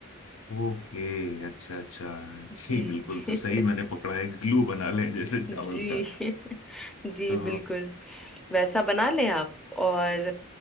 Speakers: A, on the left (about 70°); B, in the centre.
A: ओके अच्छा अच्छा जी
B: जी
A: बिल्कुल
B: <laughs>
A: तो सही मैंने पकड़ा है ग्लू बना लें जैसे चावल
B: जी
A: का
B: <laughs> जी
A: तो
B: बिल्कुल वैसा बना लें आप और